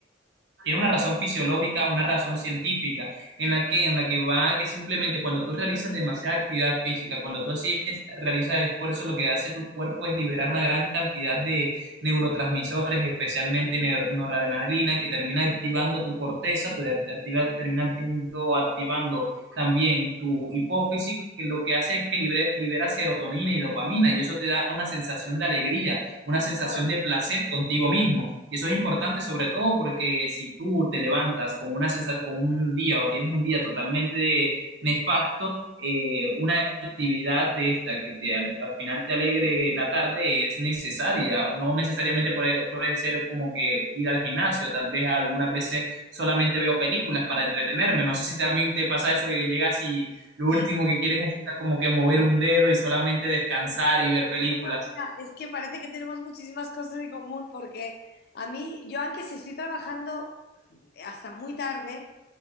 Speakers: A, on the right; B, on the left.
A: tiene una razón fisiológica, una razón científica, en la que, en la que va que simplemente cuando tú realizas demasiada actividad física, cuando tú así es- realizas esfuerzo, lo que hace tu cuerpo es liberar una gran cantidad de neurotransmisores, especialmente neur- noradrenalina, que termina activando tu corteza, tu de- activa- termina actiendo- activando también tu hipófisis, que lo que hace es que libre- libera serotonina y dopamina, y eso te da una sensación de alegría, una sensación
B: Claro.
A: de placer contigo mismo. Y eso es importante sobre todo porque si tú te levantas con una sensa- con un día o tienes un día totalmente nefasto, eh, una actividad de esta que te, al, al final te alegre la tarde es necesaria. No necesariamente puede, puede ser como que ir al gimnasio, tal vez algunas veces solamente veo películas para entretenerme. No sé si también te pasa eso que llegas y lo
B: Sí.
A: último que quieres es como que mover un dedo y solamente descansar y ver películas.
B: Bueno, mira, es que parece que tenemos muchísimas cosas en común porque a mí, yo aunque si estoy trabajando eh, hasta muy tarde,